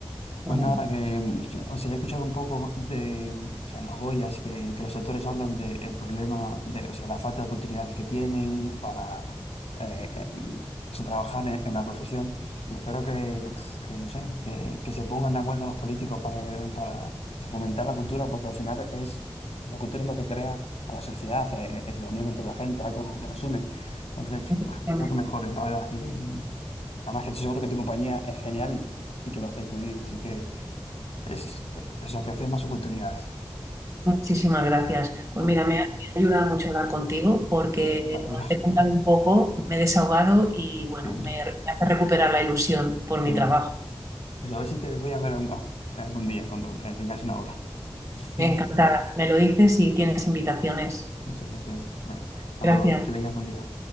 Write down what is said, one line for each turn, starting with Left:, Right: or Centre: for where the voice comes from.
Right: Ujú.
Left: Pues nada, que, mm, o sea, yo he escuchado un poco de, o sea, en los Goyas que, que los actores hablan del problema de, o sea, la falta de oportunidades que tienen para eh, eh, o sea, trabajar en, en la profesión y espero que, uf, que no sé, que, que se pongan de acuerdo los políticos para, eh, para fomentar la cultura, porque al final es, la cultura es lo que crea a la sociedad, eh, es la unión entre la gente, algo que nos une. Entonces,
Right: <laughs>
Left: bueno, espero que mejore, la verdad. Y, además que estoy seguro que tu compañía es genial y, y que lo hacéis muy bien, así que... Es, o sea, que haces más oportunidades.
Right: Muchísimas gracias.
Left: No,
Right: Pues mira,
Left: no, no.
Right: me ha, me ha ayudado mucho hablar contigo porque
Left: Qué bien, me alegro.
Right: bueno, te he contado un poco, me he desahogado y bueno,
Left: Qué bien,
Right: me, me hace recuperar la ilusión por
Left: qué
Right: mi
Left: bien.
Right: trabajo.
Left: Pues a ver si te voy a ver un- ah, algún día, cuando eh, tengáis una hora. <laughs>
Right: Encantada. Me lo dices y tienes invitaciones.
Left: Muchas gracias. Bueno, hasta
Right: Gracias.
Left: luego, que tengas buen día.